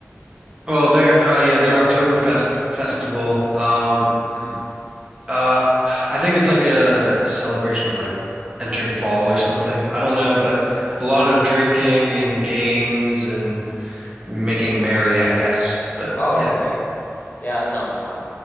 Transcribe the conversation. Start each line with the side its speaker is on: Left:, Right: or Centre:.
Right: Well, their uh, yeah their Oktoberfest festival. Um,
Left: Mhm.
Right: uh, I think it's like a celebration of like entering fall or something. I don't know, but a lot of drinking and games and making merry, I guess. But
Left: Oh,
Right: yeah,
Left: okay. Yeah, that sounds fun.